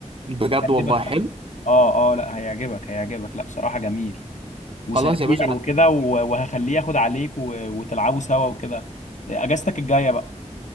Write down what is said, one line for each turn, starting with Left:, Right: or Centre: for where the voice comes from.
Right: بجد
Left: هيعجبك
Right: والله حلو
Left: قوي اه اه لا هيعجبك هيعجبك لا بصراحة جميل وسريع
Right: خلاص يا باشا أنا
Left: وكده و- وهخليه ياخد عليك و- وتلعبوا سوا وكده آه، اجازتك الجاية بقى